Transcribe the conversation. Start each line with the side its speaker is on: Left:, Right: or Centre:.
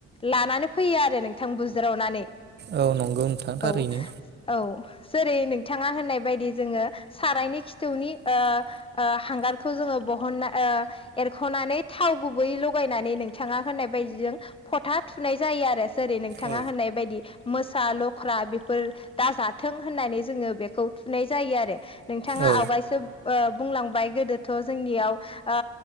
Left: लानानै फैयो आरो नोंथां बुज्रावनानै।
Right: औ नंगौ नोंथां थारैनो
Left: औ औ। जेरै नोंथाङा होननाय बायदि जोङो सारायनि खिथौनि ओ ओ हांगारखौ जोङो बहनना ओ एरख'नानै थाव गुबै लगायनानै नोंथाङा होननाय बायदिजों फथा थुनाय जायो आरो जेरै नोंथाङा
Right: औ
Left: होननाय बायदि मोसा लख्रा बेफोर दाजाथों होननानै जोङो बेखौ थुनाय जायो आरो नोंथाङा
Right: औ
Left: आवगायसो ओ बुंलांबाय गोदोथ' जोंनियाव ओ